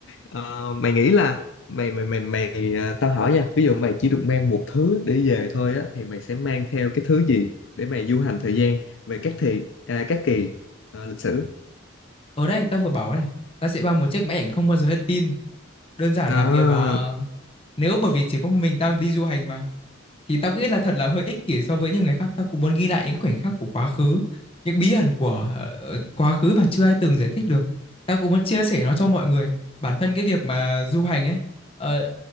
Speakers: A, on the left; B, on the left.
A: Ờ, mày nghĩ là mày mày mày mày à, tao hỏi nha ví dụ mày chỉ được mang một thứ để về thôi á thì mày sẽ mang theo cái thứ gì để mày du hành thời gian về các thì à, các kỳ à, lịch sử
B: ở đây tao vừa bảo này ta sẽ mang một chiếc máy ảnh không bao giờ hết pin đơn giản
A: à,
B: là việc ờ, nếu bởi vì chỉ có một mình tao đi du hành mà thì tao nghĩ là thật là hơi ích kỷ so với những người khác tao cũng muốn ghi lại những khoảnh khắc của quá khứ những bí ẩn của ờ, quá khứ mà chưa ai từng giải thích được tao cũng muốn chia sẻ nó cho mọi người bản thân cái việc mà du hành ấy ờ,